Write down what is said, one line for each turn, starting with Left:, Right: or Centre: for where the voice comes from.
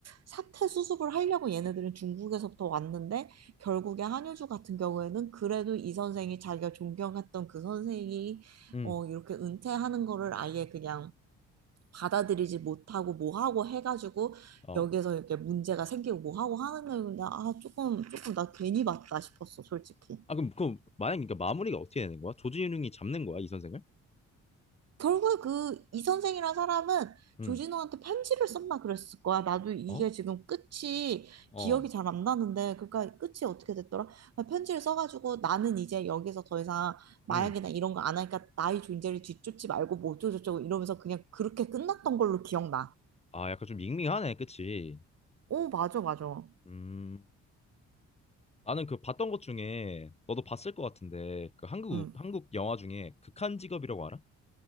Right: 사태 수습을 하려고 얘네들은 중국에서부터 왔는데 결국에 한효주 같은 경우에는 그래도 이 선생이 자기가 존경했던 그 선생이
Left: 음,
Right: 어 이렇게 은퇴하는 거를 아예 그냥 받아들이지 못하고 뭐하고 해가지고
Left: 어.
Right: 여기에서 이렇게 문제가 생기고 뭐하고 하는 거용데아 조금 조금 나 괜히 봤다 싶었어 솔직히
Left: 아, 그럼, 그럼, 만약에 그러니까 마무리가 어떻게 되는 거야? 조진웅이 잡는 거야, 이 선생을?
Right: 결국에 그 이 선생이란 사람은
Left: 음,
Right: 조진호한테 편지를 썼나 그랬을 거야 나도 이게
Left: 어?
Right: 지금 끝이
Left: 어,
Right: 기억이 잘 안 나는데 그러니까 끝이 어떻게 됐더라 편지를 써가지고 나는 이제 여기서 더 이상 마약이나
Left: 음.
Right: 이런 거 안 하니까 나의 존재를 뒤쫓지 말고 뭐 어쩌고저쩌고 이러면서 그냥 그렇게 끝났던 걸로 기억나
Left: 아, 약간 좀 밍밍하네, 그치?
Right: 오 맞아 맞아
Left: 음. 나는 그 봤던 것 중에, 너도 봤을 것 같은데, 그 한국,
Right: 응.
Left: 한국 영화 중에 극한 직업이라고 알아?